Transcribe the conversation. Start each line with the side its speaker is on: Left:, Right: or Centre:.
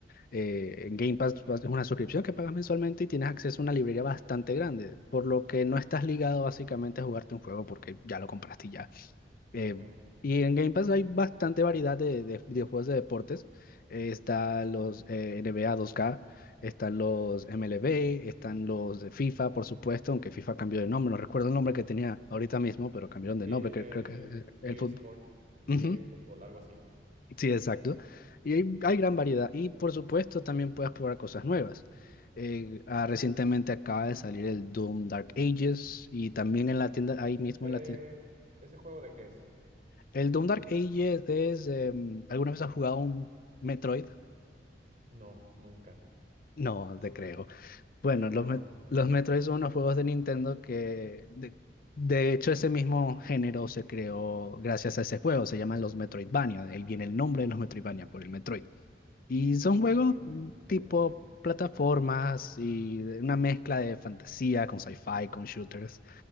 Left: Eh, en Game Pass pues, es una suscripción que pagas mensualmente y tienes acceso a una librería bastante grande, por lo que no estás ligado básicamente a jugarte un juego porque ya lo compraste y ya. Eh,
Right: Ok.
Left: y en Game Pass hay bastante variedad de, de, de juegos de deportes. Eh, están los eh, NBA 2K, están los MLB, están los de FIFA, por supuesto, aunque FIFA cambió de nombre. No recuerdo el nombre que tenía ahorita mismo, pero cambiaron de
Right: Sí,
Left: nombre. cre-
Right: el
Left: Creo, que eh,
Right: EA
Left: el fútbol.
Right: Sport, EA
Left: Ujú,
Right: Fútbol, algo así.
Left: Sí, exacto. Y hay, hay gran variedad. Y por supuesto, también puedes probar cosas nuevas. Eh, ah, recientemente acaba de salir el Doom Dark Ages y también en la tienda, ahí mismo
Right: ¿Ese,
Left: en la tienda.
Right: ese juego de qué es?
Left: El Doom Dark Ages es... em, ¿alguna vez has jugado un Metroid?
Right: No, nunca.
Left: No, te creo. Bueno,
Right: Sí, no.
Left: los, Met- los Metroid son unos juegos de Nintendo que... De, de hecho, ese mismo género se creó gracias a ese juego. Se llaman los Metroidvania. De ahí viene el nombre de los Metroidvania por el Metroid. Y son
Right: Ah,
Left: juegos
Right: qué te-
Left: mm,
Right: interesante.
Left: tipo plataformas y de- una mezcla de fantasía con sci-fi, con shooters.